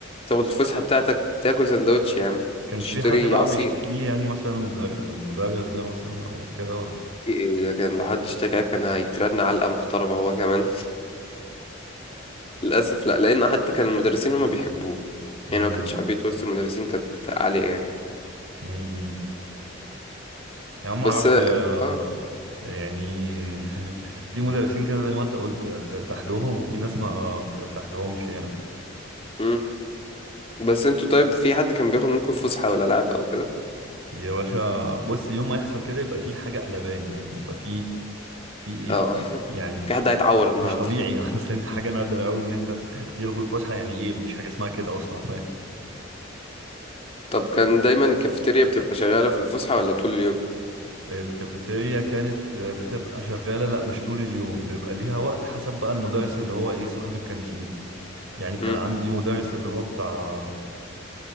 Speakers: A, on the left; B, on the right.
A: تاخد الفسحه بتاعتك تاكل سندوتش يا عم
B: كانش
A: تشتري
B: في حد بقى
A: عصير
B: بيشتكيه يعني مثلا المدر- المدرس ده مثلا او كده ولا
A: ايه إيه ده كان لو حد اشتكاك كان هيترن علقه محترمه هو كمان <laughs> للاسف لا لان حتى كان المدرسين هما بيحبوه
B: امم
A: يعني هو كانت شعبيته وسط المدرسين كانت عاليه يعني
B: امم يا عم ما
A: بس
B: اعرفش آه،
A: اه
B: يعني <laughs> في مدرسين كده زي ما انت قلت آه، بترتاح لهم وفي ناس ما بترتاح لهمش يعني
A: مم. بس انتوا طيب في حد كان بياخد منكم فسحه ولا لعب او كده
B: يا باشا بص يوم ما يحصل كده يبقى في حاجة قلبان يعني يبقى في في ايه
A: اه <laughs>
B: إيه- يعني
A: في حد هيتعور النهارده
B: مش طبيعي
A: <laughs>
B: <laughs> اصل انت حاجة نادرة قوي ان انت يلغوا الفسحة يعني ايه مفيش حاجة اسمها كده اصلا
A: طب كان دايما الكافيتيريا بتبقى شغاله في الفسحه ولا طول اليوم
B: الكافيتيريا كانت آه، بتبقى شغالة لا مش طول اليوم بيبقى ليها وقت حسب بقى المدرس اللي هو ايه صاحب الكانتين يعني كان
A: امم
B: عندي مدرس اللي هو بتاع